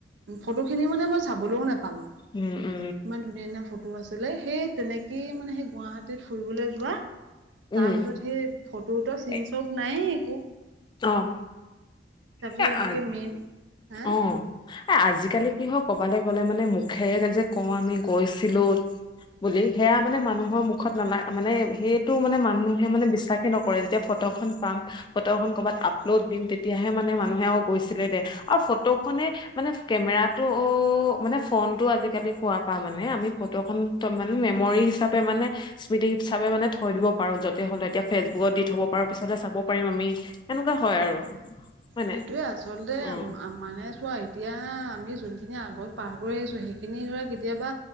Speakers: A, on the right (about 75°); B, on the left (about 25°).
A: ফটোখিনি মানে মই চাবলৈও নাপালোঁ।
B: উম, উম।
A: ইমান ধুনীয়া, ধুনীয়া ফটো আছিলে সেই তেনেকেয়ে মানে সেই গুৱাহাটীত ফুৰিবলে যোৱা
B: উম
A: তাৰপিছত সেই ফটোৰ চিন
B: এ,
A: স্বৰূপ নাইয়ে একো।
B: অ',
A: তাৰপিছত
B: এই
A: এনেকৈ
B: আ
A: মেইন হা
B: অ' এ, আজিকালি কি হয়, ক'বালে গ'লে মানে মুখেৰে যে কওঁ আমি গৈছিলোঁ বুলি সেয়া মানে মানুহৰ মুখত নালাগ মানে সেইটো মানে মানুহে মানে বিশ্বাস নকৰে যেতিয়া ফটো এখন পাম ফটোখন ক'ৰবাত আপলোড দিম তেতিয়াহে মানে মানুহে আৰু গৈছিলে দে আৰু ফটোখনে মানে কেমেৰাটো অ', মানে ফোনটো আজিকালি হোৱা পা মানে আমি ফটোখন ত' মানে মেমৰী হিচাপে মানে স্মৃতি হিচাপে মানে থৈ দিব পাৰোঁ য'তে হ'লে এতিয়া ফেচবুকত দি থ'ব পাৰোঁ পিছতহে চাব পাৰিম আমি। এনেকুৱা হয় আৰু। হয় নাই
A: সেইটোয়ে আচলতে
B: উম
A: আম-আমা মানে চোৱা এতিয়া আমি যোনখিনি আগত পাৰ কৰি আহিছোঁ সেইখিনি ধৰা কেতিয়াবা